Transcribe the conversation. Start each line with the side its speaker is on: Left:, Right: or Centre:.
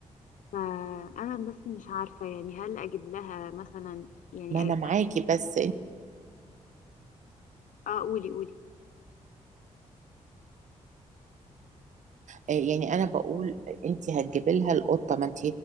Left: فانا بس مش عارفه يعني هل اجيب لها مثلا يعني
Right: ما انا
Left: أ-
Right: معاكي بس
Left: اه قولي قولي
Right: آه، يعني انا بقول انت هتجيبي لها القطه ما انت